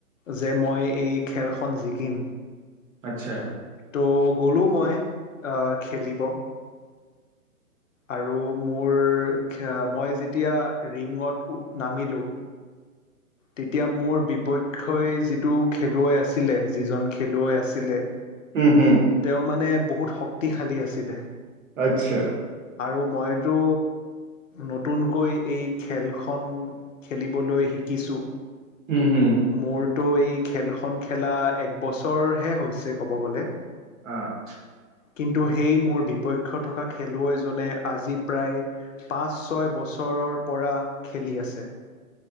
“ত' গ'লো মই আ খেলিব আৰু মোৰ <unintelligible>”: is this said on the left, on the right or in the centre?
Left